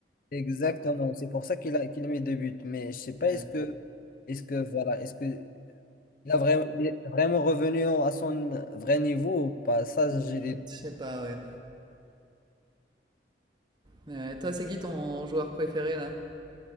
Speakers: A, on the left; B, on the right.
A: Exactement, c'est pour ça qu'il a, qu'il a mis deux buts. Mais je sais pas,
B: Euh,
A: est-ce que, est-ce que, voilà, est-ce que il a vraiment, il est vraiment revenu à son vrai niveau ou pas? Ça,
B: mm,
A: j'ai des...
B: Je sais pas, ouais. Mais ouais, toi, c'est qui ton joueur préféré là?